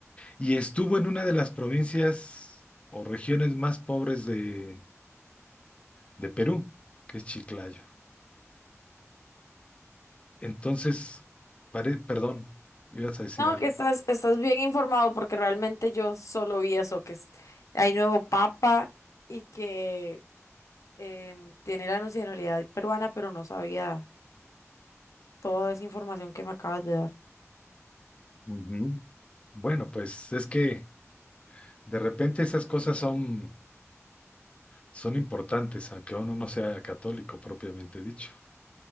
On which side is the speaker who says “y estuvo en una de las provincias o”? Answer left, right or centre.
Left